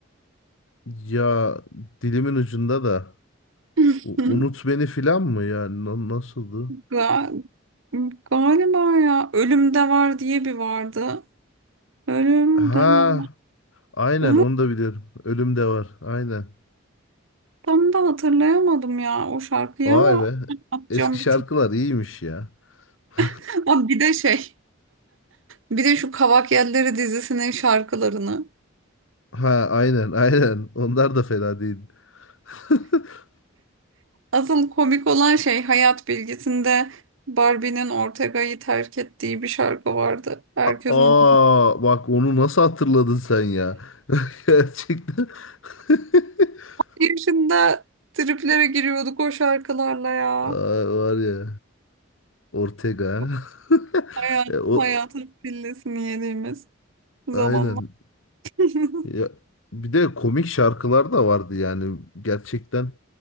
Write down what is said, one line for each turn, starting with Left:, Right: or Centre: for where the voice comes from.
Left: Ya dilimin ucunda da.
Right: <laughs>
Left: U- Unut beni filan mı ya? Na- Nasıldı?
Right: Ga- Galiba ya Ölümde Var diye bir vardı. Ölüm
Left: Ha,
Right: devam.
Left: aynen
Right: Onu
Left: onu da biliyorum. Ölüm de var. Aynen.
Right: tam da hatırlayamadım ya o şarkıyı
Left: Vay
Right: ama
Left: be.
Right: atacağım
Left: Eski şarkılar
Right: bir tık.
Left: iyiymiş ya. <laughs>
Right: <laughs> Aa, bir de şey, bir de şu Kavak Yelleri dizisinin şarkılarını.
Left: Ha, aynen, aynen. Onlar da fena değil. <laughs>
Right: Asıl komik olan şey Hayat Bilgisi'nde Barbie'nin Ortega'yı terk ettiği bir şarkı vardı. Herkes
Left: Aa
Right: onu
Left: bak onu nasıl hatırladın sen ya? <laughs> Gerçekten. <laughs>
Right: Bir yaşında triplere giriyorduk o şarkılarla ya.
Left: Ay var ya Ortega.
Right: Yok,
Left: <laughs>
Right: Hayat,
Left: E,
Right: hayatın
Left: o
Right: pillesini yediğimiz zamanlar.
Left: aynen.
Right: <laughs>
Left: Ya, bir de komik şarkılar da vardı yani gerçekten